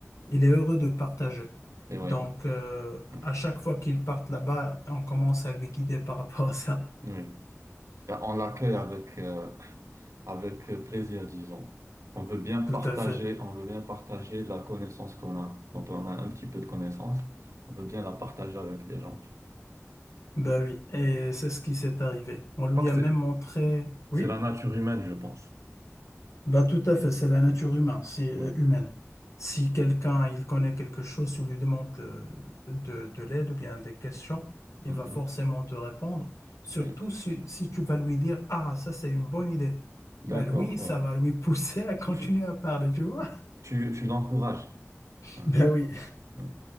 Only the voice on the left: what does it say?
il est heureux de partager.
Donc, euh,
à chaque fois qu'il part là-bas, on commence à lui guider par rapport à ça.
<laughs>
Tout à fait.
Ben oui. Et c'est ce qui s'est arrivé. On
lui
a
même montré. Oui?
Bah, tout à fait, c'est la nature
humaine. Si, euh,
humaine. Si quelqu'un il connaît quelque chose, tu lui demandes euh, de, de l'aide ou bien des questions, il
va forcément te répondre. Surtout
si, si tu vas lui dire, Ah, ça c'est une bonne idée.
Bah lui, ça
va lui pousser à continuer
à parler, tu vois.
<laughs>
Ben oui.